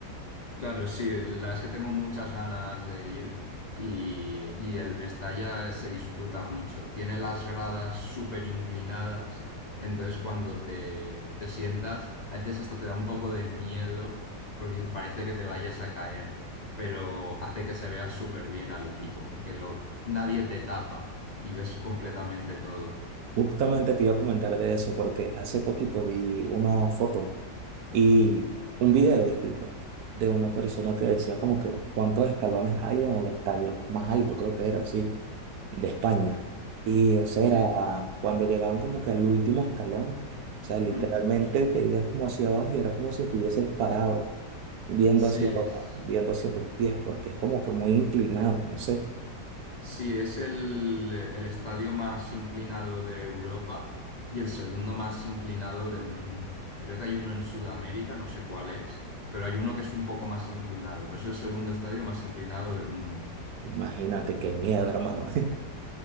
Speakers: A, on the left; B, on the right.
A: Claro, sí, la verdad es que tengo muchas ganas de ir y, y el Mestalla se disfruta mucho. Tiene las gradas súper inclinadas, entonces cuando te, te sientas, a veces hasta te da un poco de miedo porque parece que te vayas a caer, pero hace que se vea súper bien al equipo porque lo, nadie te tapa y ves completamente todo.
B: Justamente te iba a comentar de eso, porque hace poquito vi una foto y un video, disculpa, de una persona que decía como que cuántos escalones hay en el estadio más alto, creo que era así. de España. Y, o sea,
A: Eh,
B: cuando llegaban como que al último escalón, o sea, literalmente
A: hmm,
B: te veías como hacia abajo y era como si estuvieses parado, viendo
A: sí,
B: hacia abajo,
A: es.
B: viendo hacia tus pies, porque es como que muy inclinado, no sé.
A: Sí, es el, el estadio más inclinado de Europa y el segundo más inclinado del mundo. Creo que hay uno en Sudamérica, no sé cuál es, pero hay uno que es un poco más inclinado, pero es el segundo estadio más inclinado del mundo.
B: Imagínate qué miedo, hermano.